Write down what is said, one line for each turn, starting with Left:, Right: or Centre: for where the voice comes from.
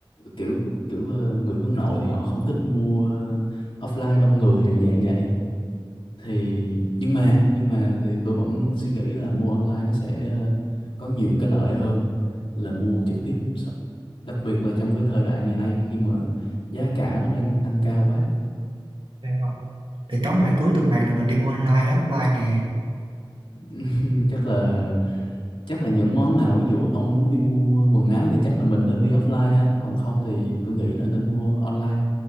Left: kiểu kiểu ờ, người hướng nội thì họ không thích mua ờ, offline đông người dạng dạng vậy thì nhưng mà nhưng mà thì tôi vẫn suy nghĩ là mua online nó sẽ ờ, có nhiều cái lợi hơn là mua trực tiếp Sợ- đặc biệt là trong cái thời đại ngày nay khi mà giá cả nó đang tăng cao quá
Right: Vậy không? Thì tóm lại cuối tuần này là mình đi mua online hay offline nè
Left: <laughs> chắc là chắc là những món nào ví dụ ông muốn đi mua quần áo thì chắc là mình nên đi offline ha còn không thì tôi nghĩ là nên mua online